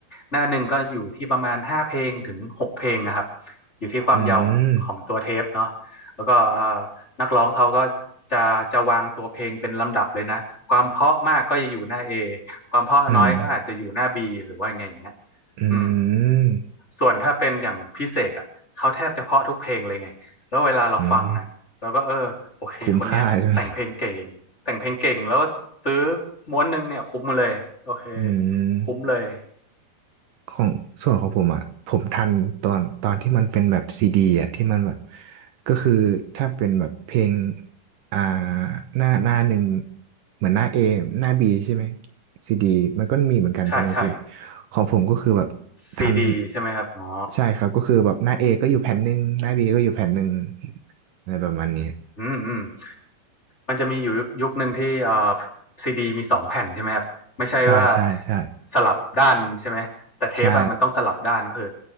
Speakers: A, on the left; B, on the right.
A: หน้าหนึ่งก็อยู่ที่ประมาณห้าเพลงถึงหกเพลงนะครับอยู่ที่ความยาวของของตัวเทปเนาะ
B: อืม
A: แล้วก็เอ่อนักร้องเขาก็จะจะวางตัวเพลงเป็นลำดับเลยนะความเพราะมากก็จะอยู่หน้า A ความเพราะน้อยก็อาจจะอยู่หน้า
B: อืม
A: B หรือว่าไงอย่างเงี้ย
B: อื
A: อืม
B: ม
A: ส่วนถ้าเป็นอย่างพิเศษอ่ะเขาแทบจะเพราะทุกเพลงเลยไงแล้วเวลาเราฟังอ่ะเราก็เออโอเคคนเนี้ยแต่งเพลงเก่ง
B: อืมคุ้มค่าใช่ไหม
A: แต่งเพลงเก่งแล้วก็ซื้อม้วนหนึงเนี่ยคุ้มมาเลยโอเค
B: อืม
A: คุ้มเลย
B: ของส่วนของผมอ่ะผมทันตอนตอนที่มันเป็นแบบซีดีอ่ะที่มันแบบก็คือถ้าเป็นแบบเพลงอ่าหน้าหน้าหนึ่งเหมือนหน้าเอหน้าบีใช่ไหมซีดีมันก็มีเหมือนกันใช่ไหมพี่
A: ใช่ใช่
B: ของผมก็คือแบบทัน
A: ซีดีใช่ไหมครับอ๋อ
B: ใช่ครับก็คือแบบหน้าเอก็อยู่แผ่นหนึ่งหน้าบีก็อยู่แผ่นหนึ่งอะไรประมาณนี้
A: อืมอืมมันจะมีอยู่ยุคยุคหนึ่งที่เอ่อซีดีมีสองแผ่นใช่ไหมครับไม่ใช่ว่า
B: ใช่ใช่ใช่
A: สลับด้านใช่ไหมแต่เทปอะมันต้องสลับด้านก็คือ
B: ใช่